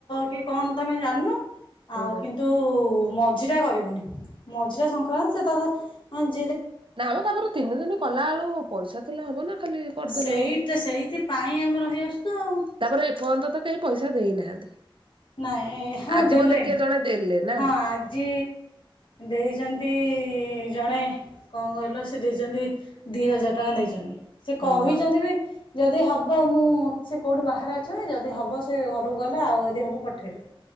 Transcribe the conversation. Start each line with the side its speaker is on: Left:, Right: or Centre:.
Left: କି କଣ ତମେ ଜାଣିନ।
Right: ହୁଁ।
Left: ଆଉ କିନ୍ତୁ ମ ମଝିଟା କରିବୁନି ମଝିଟା ସଂକ୍ରାନ୍ତି ସେ ତ।
Right: ନା ଆମେ ତାପରେ ତିନି ଦିନ କଲା ବେଳୁ ପଇସା ଥିଲା ହବ ନା ଖାଲି। କରିଦେଲେ
Left: ସେଇଟା
Right: ହବ।
Left: ସେଇଥିପାଇ ଆମେ ରହିଆସୁ ତୁ ଆଉ।
Right: ତାପରେ ଏପର୍ଯ୍ୟନ୍ତ ତ କେହି ପଇସା ଦେଇନାହାନ୍ତି।
Left: ନାଇଁ ହଁ
Right: ଆଜି
Left: ଦେଲେଣି
Right: ବୋଧେ କିଏ ଜଣେ ଦେଲେ। ନା
Left: ହଁ ଆଜି ଦେଇଛନ୍ତି ଜଣେ। କଣ କହିଲ ସେ ଦେଇଛନ୍ତି ଦି ହଜାର ଟଙ୍କା ଦେଇଛନ୍ତି। ସେ କହିଛନ୍ତି
Right: ଓହୋ
Left: ବି। ଯଦି ହେବ ମୁଁ ସେ କେଉଁଠି ବାହାରେ ଅଛନ୍ତି ଯଦି ହେବ ସେ ଘରକୁ ଗଲା ଆଉ ଯଦି ହେବ ପଠାଇବେ।